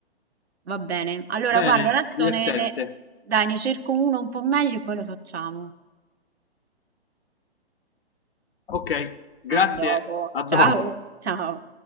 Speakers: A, on the right; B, on the left.
A: va bene. Allora,
B: Bene,
A: guarda, adesso
B: divertente.
A: ne, ne- dai, ne cerco uno un po' meglio e poi lo facciamo.
B: Ok, grazie,
A: A dopo,
B: a dopo.
A: ciao, ciao.